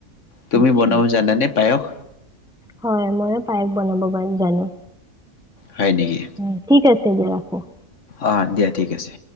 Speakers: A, on the left; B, in the centre.
A: তুমি
B: আচ্ছা
A: বনাব জানানে? পায়স
B: হয় ময়ো পায়স বনাব জানো।
A: হয় নেকি।
B: হয় ঠিক আছে দিয়া ৰাখো।
A: আহ দিয়া ঠিক আছে।